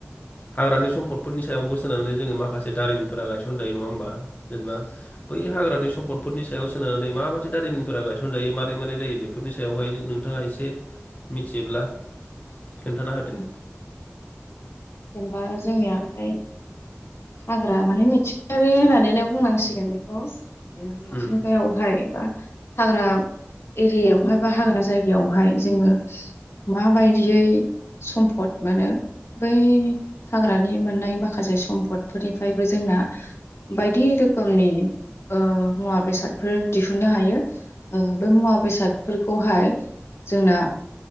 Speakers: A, on the left; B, on the left.
A: हाग्रानि सम्पदफोरनि सायावबो सोनानै जोङो माखासे दारिमिनफोरा गायसन जायो नङा होमबा जेनेबा बै हाग्रानि सम्पदफोरनि सायाव सोनारनानै माबादि दारिमिनफोरा गायसनजायो मारै मारै जायो बेफोरनि सायावहाय नोंथाङा एसे मिथियोब्ला खोन्थाना होदो।
B: उम जेनेबा जोंनियाहाय हाग्रा माने मिथिंगारि होननानैनो बुंनांसिगोन बेखौ मिथिंगायावहाय
A: उम
B: एबा हाग्रा एरियायावहाय बा हाग्रा जायगायावहाय जोङो माबायदियै सम्पद मोनो बै हाग्रानि मोननाय माखासे सम्पद फोरनिफ्रायबो जोंना बायदि रोखोमनि ओ मुवा बेसादफोर दिहुननो हायो बे मुवा मुवा बेसादफोरखौहाय जोंना